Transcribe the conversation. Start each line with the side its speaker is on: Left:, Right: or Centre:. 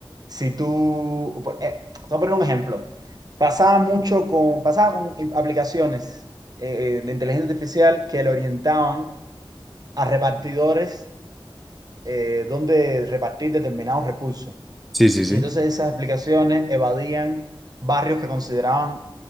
Right: si tú, por- eh, te voy a poner un ejemplo, pasaba mucho con, pasaba con aplicaciones eh, de inteligencia artificial que le orientaban a repartidores eh, donde repartir determinados recursos.
Centre: Sí, sí, sí.
Right: Y entonces esas aplicaciones evadían barrios que consideraban